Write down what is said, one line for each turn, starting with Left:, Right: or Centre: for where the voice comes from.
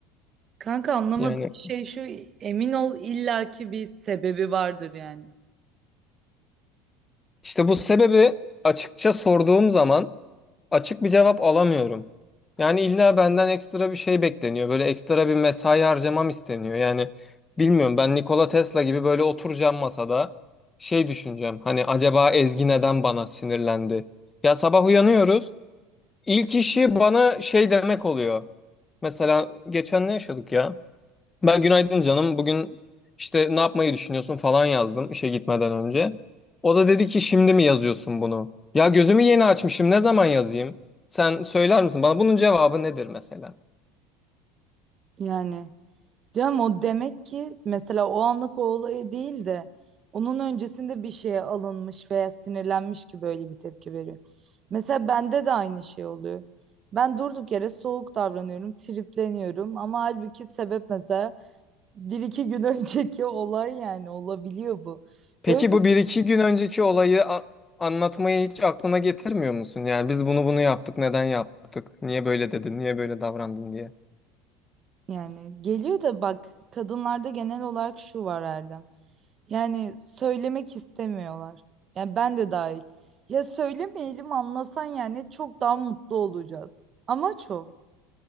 Right: Kanka anlamadım.
Left: Yani
Right: Şey şu emin ol illaki bir sebebi vardır yani.
Left: işte bu sebebi açıkça sorduğum zaman açık bir cevap alamıyorum. Yani illa benden ekstra bir şey bekleniyor. Böyle ekstra bir mesai harcamam isteniyor. Yani bilmiyorum ben Nikola Tesla gibi böyle oturacağım masada şey düşüneceğim. Hani acaba Ezgi neden bana sinirlendi? Ya sabah uyanıyoruz. İlk işi bana şey demek oluyor. Mesela geçen ne yaşadık ya? Ben günaydın canım. Bugün işte ne yapmayı düşünüyorsun falan yazdım işe gitmeden önce. O da dedi ki şimdi mi yazıyorsun bunu? Ya gözümü yeni açmışım. Ne zaman yazayım? Sen söyler misin bana bunun cevabı nedir mesela?
Right: Yani. Canım o demek ki mesela o anlık o olayı değil de onun öncesinde bir şeye alınmış veya sinirlenmiş ki böyle bir tepki veriyor. Mesela bende de aynı şey oluyor. Ben durduk yere soğuk davranıyorum, tripleniyorum ama halbuki sebep mesela bir iki gün <laughs> önceki olay yani olabiliyor bu.
Left: Peki
Right: Öyle
Left: bu bir iki gün önceki olayı a- anlatmayı hiç aklına getirmiyor musun? Yani biz bunu bunu yaptık. Neden yaptık? Niye böyle dedin? Niye böyle davrandın diye.
Right: yani geliyor da bak kadınlarda genel olarak şu var Erdem. Yani söylemek istemiyorlar. Yani ben de dahil. Ya söylemeyelim anlasan yani çok daha mutlu olacağız. Amaç o.